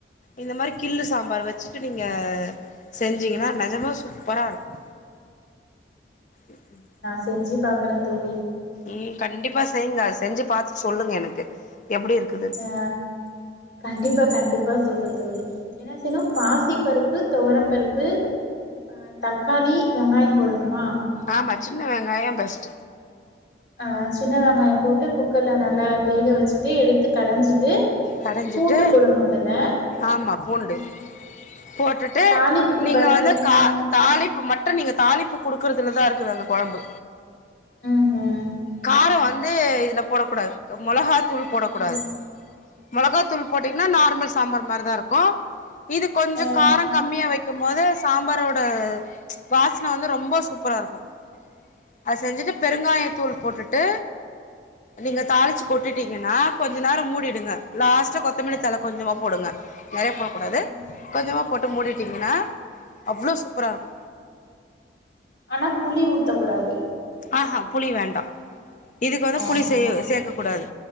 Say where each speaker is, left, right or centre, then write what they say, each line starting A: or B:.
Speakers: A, on the left (about 45°); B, on the left (about 90°).
A: இந்த மாரி கில்ன சாம்பார் வச்சுட்டு நீங்க செஞ்சிங்கனா நெஜமா சூப்பரா இருக்கு அ ம்
B: நா செஞ்சு பாக்குறே தோழி
A: ம் கண்டிப்பா செய்ங்க செஞ்சு பாத்துட்டு சொல்லுங்க எனக்கு எப்டி இருக்
B: ஆ கண்டிப்பா கண்டிப்பா சொல்ற தோழி என்ன செய்ணு பாசி பருப்பு துவரொ பருப்பு ஆ தக்காளி வெங்காயொ போடணுமா
A: ஆமா சின்ன வெங்காயொ பெஸ்ட்
B: ஆ சின்ன வெங்காயொ போட்டு குக்கர்ல நல்லா வேக வெச்சு ட்டு எடுத்து கடாஞ்சிட்டு
A: கடைஞ்சிட்டு
B: பூண்டு போடணு அதுல
A: ஆமா பூண்டு
B: ம்
A: போட்டுட்டு
B: அ தாளிப்புக்கு
A: நீங்க
B: பாத்தீங்க
A: வந்து கா
B: அ
A: தாளிப்பு மட்டு நீங்க தாளிப்பு குடுக்குறதுல தா இருக்குது அந்த கொழம்பு
B: ம் ஹூம்
A: காரொ வந்து இதுல போடக்கூடாது மொளகா தூள் போடக்கூடாது
B: ம்
A: மொளகா தூள் போட்டீங்னா நார்மல் சாம்பார் மாரி தா இருக்கு இது கொஞ்சொ
B: ம்
A: காரொ கம்மியா வைக்கும்போது சாம்பாரோட வாசன வந்து ரொம்ப சூப்பராருக்கு அது செஞ்சுட்டு
B: ஆ ஆஹா
A: பெருங்காயத்தூள் போட்டுட்டு
B: <inaudible>
A: நீங்க தாளிச்சு கொட்டிடீங்கனா கொஞ்சொ நேரொ மூடிடுங்க லாஸ்ட்ட கொத்தமல்லி தழ கொஞ்சமா போடுங்க நெறைய போக்கூடாது
B: ம்
A: கொஞ்சமா போட்டு மூடிட்டீங்கனா அவ்ளோ சூப்பரா இருக்
B: ஆனா புளி ஊத்தக்கூடாது
A: ஆஹா புளி வேண்டா இதுக்கு வந்து
B: ஆஹா
A: புளி சே சேக்க கூடாது